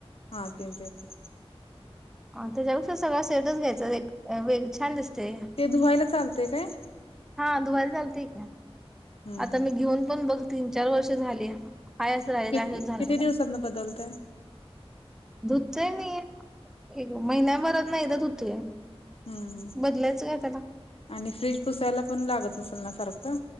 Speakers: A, on the left; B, in the centre.
A: हा तीन पेपर.
B: हा त्याच्यापेक्षा सगळ सेटच घ्यायचा. एक वेग छान दिसतय.
A: ते धुवायला चालते काय?
B: हा धुवायला चालतय की.
A: हम्म
B: आता
A: हम्म
B: मी घेऊन पण बघ तीन - चार वर्ष झाली. हाय असं राहिलंय.
A: किती
B: झालं
A: किती
B: नाही त्याला.
A: दिवसातन बदलतय
B: धुतोय मी एक महिन्याभरात न एकदा धुतोय.
A: हम्म
B: बदलायचं काय त्याला
A: आणि फ्रीज पुसायला पण लागत नसेल ना सारखं.